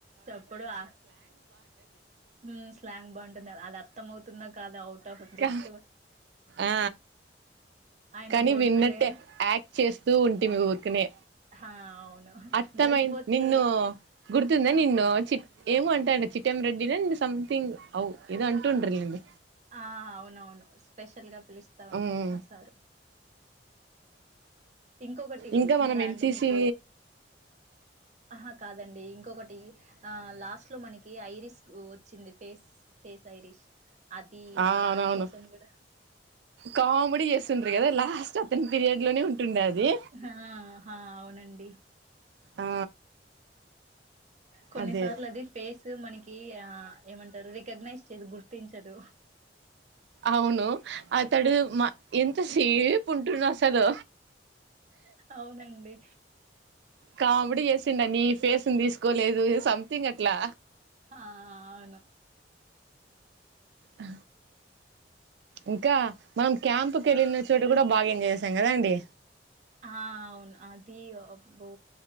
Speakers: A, on the right (about 40°); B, on the right (about 70°).
A: చెప్పడు ఆ ఉమ్ స్లాంగ్ బాగుంటుంది అదర్ త్తం ఔతుంద కాదు ఔట్ ఆఫ్ జస్ట్
B: కా ఆ
A: ఆయన
B: కానీ
A: బోర్డు
B: విన్నట్టే
A: మీద
B: యాక్ట్ చేస్తూ ఉంటే మీ ఊరికనే
A: హా అవును
B: అర్థమై
A: దొరికిపోతే
B: నిన్ను గుర్తుందా
A: హ
B: నిన్ను చి ఏమో అంటాండి చిట్టెం రెడ్డినో సంథింగ్ అవు ఏదో అంటూ ఉంటారు లేండి
A: ఆ అవునవును స్పెషల్ గా పిలుస్తా ఉండి
B: ఉమ్
A: ఆ సారు ఇంకొకటి గుర్తుందా
B: ఇంకా మనం ఎన్సిసి
A: అండి మీకు ఆహా కాదండి ఇంకొకటి లాస్ట్ లో మనకి ఐరిస్ వచ్చింది ఫేస్ ఫేస్ ఐరిష్ అది
B: అవునవును
A: దానికోసం కూడా
B: కామెడి ఎస్ కదా లాస్ట్ అతని పిరియడ్ లోనే ఉంటుండే అది
A: ఆ హా అవునండి
B: ఆ
A: కొన్నిసార్లు
B: అదే
A: అది ఫేస్ మనకి ఆ ఏమంటారు ర రికగ్నైజ్ చేయదు గుర్తించదు
B: అవును అతడు మా ఎంత సేపు పంటున్నా అసలు
A: అవునండి
B: కామెడీ చేసిండని ఫేస్ని తీసుకోలేదు సంథింగ్ అట్లా
A: హ అవును
B: ఆ ఇంకా మనం క్యాంప్కి వెళ్ళిన చోట కూడా బాగా ఎంజాయ్ చేసాం కదా అండి
A: ఆ అవును అది అబ్బో